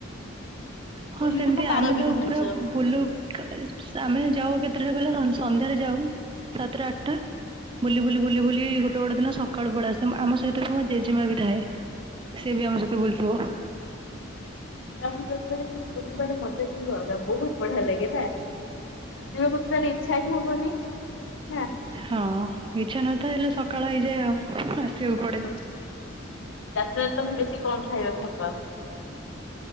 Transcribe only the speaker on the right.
ହଁ
ସେମତି
ଆମେ
ତ
ପୁରା ବୁଲୁ କ ଇପ୍ସ ଆମେ ଯାଉ କେତେଟାରେ କହିଲ? ସନ୍ଧ୍ୟାରେ ଯାଉ ସାତଟା ଆଠଟା ବୁଲି ବୁଲି ବୁଲି ବୁଲି ଗୋଟେ ଗୋଟେ ଦିନ ସକାଳୁ ପଳା ଆସୁ। ତମ ଆମ ସହିତ ମୋ ଜେଜେମା ବି ଥାଏ। ସେ ବି ଆମ ସହିତ ବୁଲୁଥିବ।
ହଁ ଇଚ୍ଛା ନଥାଏ ହେଲେ ସକାଳ ହେଇଯାଏ ଆଉ। ଆସିବାକୁ ପଡେ